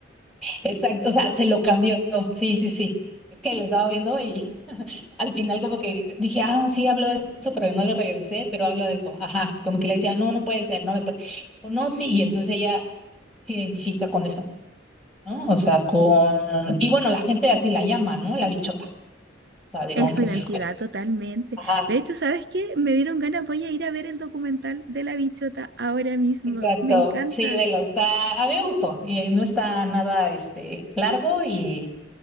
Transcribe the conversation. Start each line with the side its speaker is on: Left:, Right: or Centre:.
Centre: Exacto, o sea, se lo cambió. Sí, sí, sí. Es que lo estaba viendo y al final como que dije, ah, sí, habló de eso, pero no le regresé, pero hablo de eso. Ajá, como que le decía, no, no puede ser, no me puede. O no, sí, y entonces ella se identifica con eso. ¿no? O sea, con... Y bueno, la gente así la llama, ¿no? La bichota. O sea, digo,
Right: Es
Centre: aunque
Right: su identidad
Centre: es...
Right: totalmente.
Centre: Ajá,
Right: De hecho, ¿sabes qué? Me dieron ganas, voy a ir a ver el documental de la bichota ahora mismo.
Centre: exacto.
Right: Me encanta,
Centre: Sí, velo, está... A mí me gustó. Y no está nada, este, largo y,